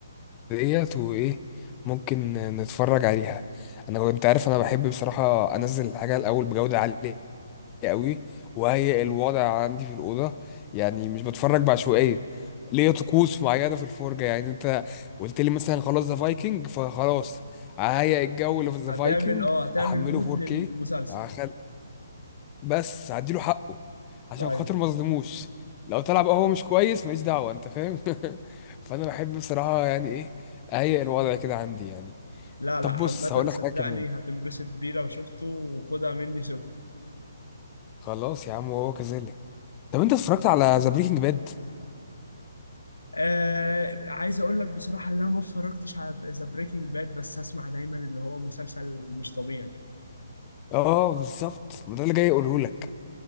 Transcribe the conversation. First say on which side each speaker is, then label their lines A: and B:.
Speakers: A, on the left; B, on the left.
A: ديت وايه ممكن نتفرج عليها انا انت عارف انا بحب بصراحه انزل الحاجه الاول بجوده عاليه قوي وهي الوضع عندي في الأوضة يعني مش بتفرج بعشوائية ليا طقوس معينة في الفرجة يعني انت قلت لي مثلا خلاص ذا فايكنج فخلاص ههيئ الجو اللي في ذا
B: هتعمل
A: فايكنج
B: اه هتعمل
A: احمله
B: مود
A: 4K
B: للمسلسل
A: هخل- بس هديله حقه عشان
B: أيوه
A: خاطر ما اظلموش لو طلع بقى هو مش كويس ماليش دعوة انت فاهم <laughs> فانا بحب بصراحة يعني ايه اهيئ الوضع كده عندي يعني
B: لا
A: طب
B: لا عامة
A: بص هقول
B: صدقني
A: لك حاجة كمان
B: هتنبسط بيه لو شفته وخدها مني سكر
A: خلاص يا عم وهو كذلك طب انت اتفرجت على ذا بريكنج باد
B: آه عايز أقول لك بصراحة إن أنا ما اتفرجتش على ذا بريكنج باد بس أسمع دايما اللي هو مسلسل مش طبيعي
A: اه بالظبط ما ده اللي جاي اقوله لك